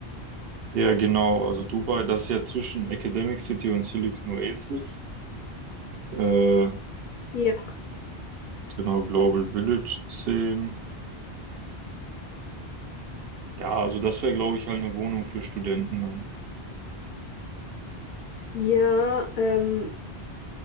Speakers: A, on the right; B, on the left.
A: Ja, genau. Also Dubai, das ist ja zwischen Academic City und Silicon Oasis. Äh,
B: Ja,
A: genau, Global Village zehn Ja, also das wäre, glaube ich, halt eine Wohnung für Studenten dann.
B: ja, ähm,